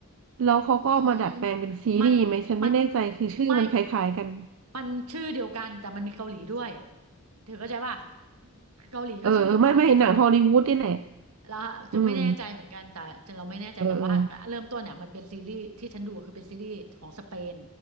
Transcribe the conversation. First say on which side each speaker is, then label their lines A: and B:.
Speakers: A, on the right; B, on the right.
A: แล้วเขาก็เอามาดัดแปลงเป็นซีรีส์ไหมฉันไม่แน่ใจคือชื่อมันคล้ายๆกัน
B: อืมมันมันไม่มันชื่อเดียวกันแต่มันมีเกาหลีด้วยเธอเข้าใจป่ะเกาหลีก็ชื่อเดียวกัน
A: เออเออไม่ไม่หนังฮอลลีวูดนี่แหละ
B: เราจะไม่แน่ใจเหมือนกันแต่จะเราไม่แน่ใจแต่ว่าเริ่มต้นเนี่ยมันเป็นซีรีส์ที่ฉันดูคือเป็นซีรีส์ของสเปน
A: อืมเออเออ